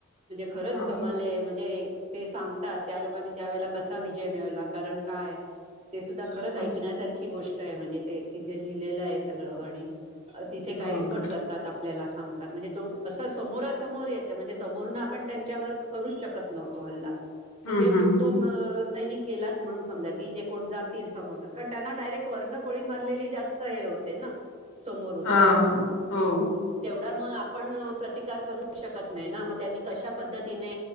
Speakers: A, on the right; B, on the left.
A: म्हणजे खरंच
B: हा
A: कमाल
B: हा
A: म्हणजे ते सांगतात त्या लोकांनी त्यावेेळेला कसा विजय मिळला कारण काय ते सुद्धा खरंच ऐकण्यासारखी
B: हम्म
A: गोष्ट आहे म्हणजे ते तिथे लिहिलेलं आहे सगळ आणि तिथे गाईड
B: हो
A: पण
B: का
A: करतात आपल्याला सांग तात म्हणजे तो असं समोरासमोर येतं म्हणजे समोरन आपण त्यांच्यावर करूच शकत नव्हतो हल्ला म्हणजे
B: हम्म हम्म
A: तो सैनिक गेलाच म्हणून समजा ती जे कोण जात तील समोर कारण त्यांना डायरेक्ट वरण गोळी मारलेली जास्त हे होते ना समोरून
B: हा हो
A: तेवढा मग आपण प्रतिकार करू शकत नाही ना म त्यांनी कशा पद्धतीने